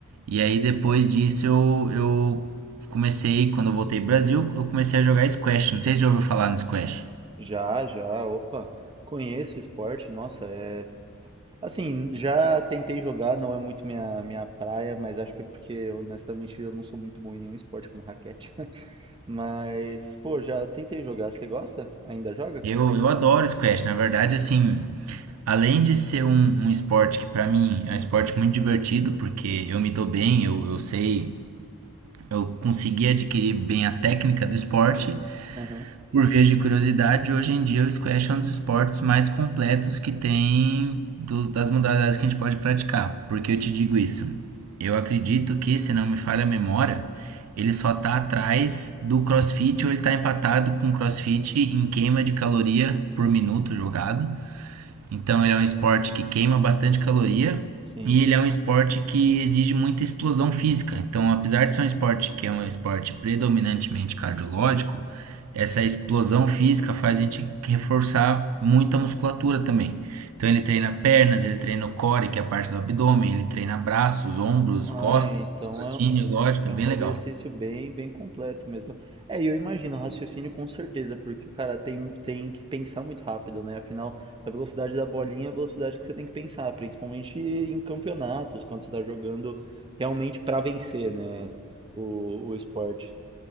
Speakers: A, on the right; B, on the right.
A: E aí depois disso eu, eu comecei, quando eu voltei pro Brasil, eu comecei a jogar squash. Não sei se já ouviu falar no squash.
B: Já, já, opa. Conheço o esporte, nossa, é. Assim, já tentei jogar, não é muito minha, minha praia, mas acho que é porque, honestamente, eu não sou muito bom em nenhum esporte com raquete. <laughs> Mas, pô, já tentei jogar. Você gosta? Ainda joga?
A: Eu, eu adoro squash, na verdade, assim, além de ser um, um esporte que pra mim é um esporte muito divertido, porque eu me dou bem, eu, eu sei, eu consegui adquirir bem a técnica do esporte,
B: Aham,
A: Por via de curiosidade, hoje em dia o squash é um dos esportes mais completos que tem do- das modalidades que a gente pode praticar. Por que eu te digo isso? Eu acredito que, se não me falha a memória, ele só tá atrás do CrossFit ou ele tá empatado com o CrossFit em queima de caloria por minuto jogado. Então ele é um esporte que queima bastante caloria
B: Sim.
A: e ele é um esporte que exige muita explosão física. Então, apesar de ser um esporte que é um esporte predominantemente cardiológico, essa explosão física faz a gente reforçar muito a musculatura também. Então ele treina pernas, ele treina o core, que é a parte do abdômen, ele treina braços, ombros,
B: Ah,
A: costas,
B: então
A: raciocínio,
B: é, um,
A: lógico, é
B: é
A: bem
B: um
A: legal.
B: exercício bem, bem completo mesmo. É, e eu imagino, raciocínio com certeza, porque, cara, tem, tem que pensar muito rápido, né? Afinal, a velocidade da bolinha é a velocidade que você tem que pensar, principalmente em campeonatos, quando você tá jogando realmente pra vencer, né? O, o esporte.